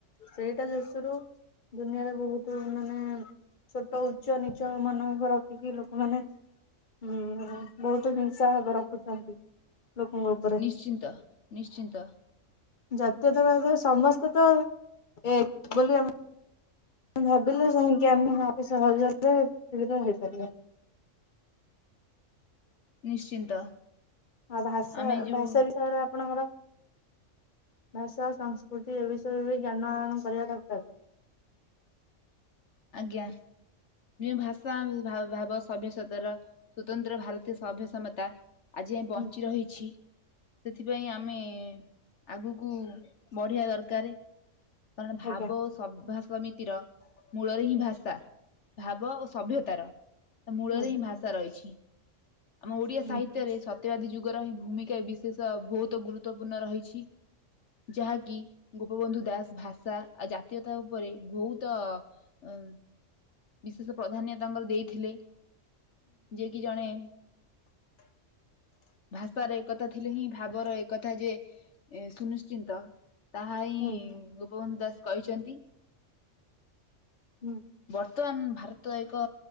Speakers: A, on the left; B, on the left.
A: ସେଇଟା ଯଶରୁ ଦୁନିଆରେ ବହୁତ ମାନେ ଛୋଟ ଉଚ୍ଚ ନିଚ ମନ ରଖିକି ଲୋକମାନେ ହୁଁ ବହୁତ ହିଂସା ଭାବ ରଖୁଛନ୍ତି ଲୋକଙ୍କ ଉପରେ।
B: ନିଶ୍ଚିନ୍ତ। ନିଶ୍ଚିନ୍ତ।
A: ଜାତୀୟତାବାଦରେ ସମସ୍ତେ ତ ଏକ ବୋଲି ଆମେ ଭାବିଲୁ ଯାଇଁକି ଆମେ ଅତି ସହଜରେ ସୁବିଧା ହେଇପାରିବା।
B: ନିଶ୍ଚିନ୍ତ।
A: ଆଉ ଭାଷା
B: ଆମେ ଯୋଉ
A: ଭାଷା ବିଷୟରେ ଆ ଆପଣଙ୍କର ଭାଷା ସଂସ୍କୃତି ଏ ବିଷୟରେ ବି ଜ୍ଞାନ ଆହରଣ କରିବା ଦରକାର।
B: ଆଜ୍ଞା। ଭାଷା ଭାବ ସଭ୍ୟସତାର ସ୍ଵତନ୍ତ୍ର ଭାରତୀୟ ସଭ୍ୟସମତା ଆଜି ଆମେ ବଞ୍ଚି
A: ହୁଁ
B: ରହିଛି ସେଥିପାଇଁ ଆମେ ଆଗକୁ ବଢିବା ଦରକାର। କାରଣ ଭାବ
A: ଆଜ୍ଞା
B: ସଭାସମିତି ତିର ମୂଳରେ ହିଁ ଭାଷା। ଭାବ ଓ ସଭ୍ୟତାର ମୂଳରେ
A: ହୁଁ
B: ହିଁ ଭାଷା ରହିଛି। ଆମ ଓଡିଆ
A: ହୁଁ
B: ସାହିତ୍ୟରେ ସତ୍ୟବାଦୀ ଯୁଗର ହିଁ ଭୂମିକା ବିଶେଷ ବହୁତ ଗୁରୁତ୍ୱପୂର୍ଣ୍ଣ ରହିଛି। ଯାହାକି ଗୋପବନ୍ଧୁ ଦାସ ଭାଷା ଆଉ ଜାତୀୟତା ଉପରେ ବହୁତ ଅ ବିଶେଷ ପ୍ରାଧାନ୍ୟ ତାଙ୍କର ଦେଇଥିଲେ। ଯିଏ କି ଜଣେ ଭାଷାର ଏକଥା ଥିଲେ ହିଁ ଭାବର ଏକତା ଯେ ଏ ସୁନିଶ୍ଚିନ୍ତ ତାହା ହିଁ
A: ହୁଁ
B: ଗୋପବନ୍ଧୁ ଦାସ କହିଛନ୍ତି।
A: ହୁଁ।
B: ବର୍ତ୍ତମାନ୍ ଭାରତ ଏକ